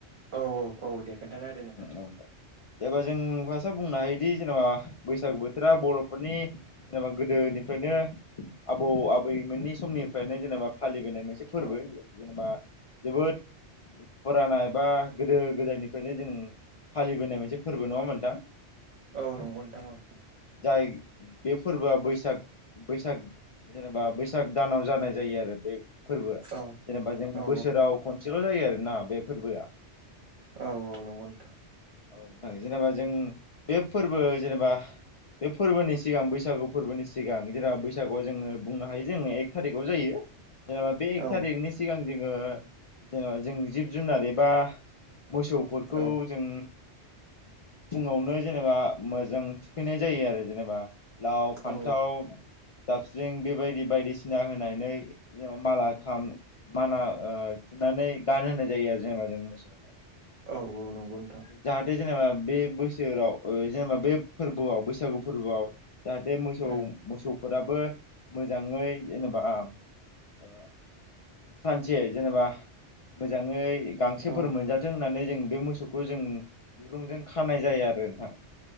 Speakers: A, on the right; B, on the left.
A: औ औ औ दे। खोन्थाना होदो नोंथां।
B: औ जेबा जों फास्ट खोथा बुंनो हायोदि जेनेबा बैसागु बोथोरा बर'फोरनि जेनेबा गोदोनिफ्रायनो आबौ आबैमोननि समनिफ्रायनो जेनेबा फालिबोनाय मोनसे फोरबो
A: औ
B: जेनेबा जोबोद फुराना बा गोदो गोदायनि फ्रायनो जों फालिबोनाय मोनसे फोरबो नङा होनबा नोंथां?
A: औ नंगौ नोंथां औ।
B: जाय बे फोरबोआ बैसाग बैसाग जेनेबा बैसाग दानाव जानाय जायो आरो बे फोरबोआ
A: औ
B: जेनेबा जों
A: औ
B: बोसोराव खनसेल' जायो आरोना बे फोरबोआ।
A: औ औ नंगौ नोंथां
B: औ नोंथां जेनेबा जों बे फोरबो जेनेबा बे फोरबोनि सिगां बैसागु फोरबोनि सिगां जेनब बैसागुआव जोङो बुंनो हायो जोङो एक थारिखआव जायो जेनेबा बे एक
A: औ
B: थारिकनि सिगां जोङो जेनेबा जों जिब जुनार बा मोसौ फोरखौ
A: औ
B: जों फुङावनो जेनेबा मोजां थुखैनाय जायो आरो जेनेबा लाव फान्थाव
A: औ
B: दाबस्रिं बेबायदि बायदिसिना होनानै जेनबा माला खाम माना ओ नानै गानहाय जायो आरो जेनेबा जों मोसौनो
A: औ औ नंगौ नोंथां
B: जाहाथे जेनेबा बे बोसोराव ओ जेनेबा बे फोरबोआव बैसागु फोरबोआव जाहाथे मोसौ
A: उम
B: मोसौ फोराबो मोजाङै जेनेबा ओ सानसे जेनेबा मोजाङै गांसोफोर
A: औ
B: मोनजाथों होननानै जों बे मोसौखौ जों दुरुंजों खानाय जायो आरो नोंथां